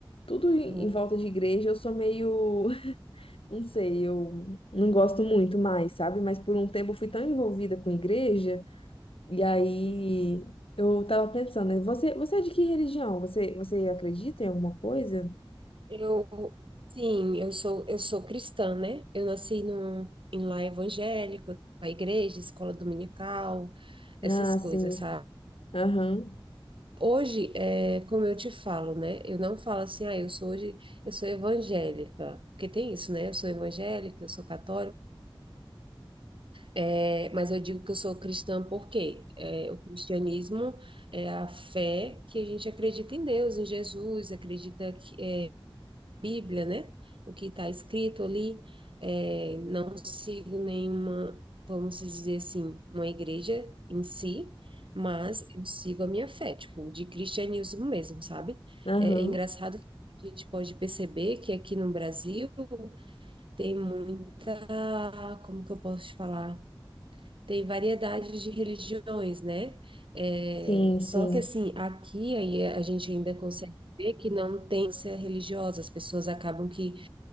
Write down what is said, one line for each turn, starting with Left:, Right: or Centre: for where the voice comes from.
Left: tudo em
Right: Uhum.
Left: em volta de igreja, eu sou meio Não sei, eu não gosto muito mais, sabe? Mas por um tempo eu fui tão envolvida com igreja, e aí
Right: Uhum.
Left: eu tava pensando, né, você, você é de que religião? Você, você acredita em alguma coisa?
Right: Eu, sim, eu sou, eu sou cristã, né? Eu nasci num, em lar evangélico, a igreja, escola dominical, essas
Left: Ah,
Right: coisas,
Left: sim.
Right: sabe?
Left: Aham.
Right: Hoje, é, como eu te falo, né? Eu não falo assim, ah, eu sou hoje, eu sou evangélica, porque tem isso, né? Eu sou evangélica, eu sou católica, é, mas eu digo que eu sou cristã porque é, o cristianismo é a fé que a gente acredita em Deus, em Jesus, acredita que, é, Bíblia, né? O que está escrito ali, é, não sigo nenhuma, vamos dizer assim, uma igreja em si, mas eu sigo a minha fé, tipo, de cristianismo mesmo, sabe?
Left: Aham.
Right: É, é engraçado que a gente pode perceber que aqui no Brasil tem muita, como que eu posso te falar? Tem variedade de religiões, né? É,
Left: Sim,
Right: só
Left: sim.
Right: que assim, aqui aí a gente ainda consegue ver que não tem ser religiosa, as pessoas acabam que